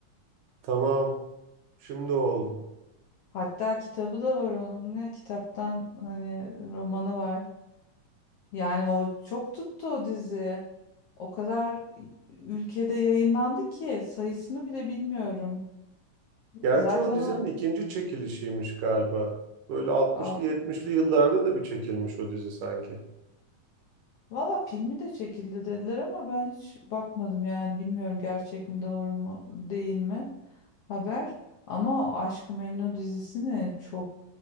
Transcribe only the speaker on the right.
tamam. Şimdi oldu.
Gerçi
o dizinin
ikinci çekilişiymiş galiba. Böyle altmışlı
70'li yıllarda da bir çekilmiş o dizi sanki.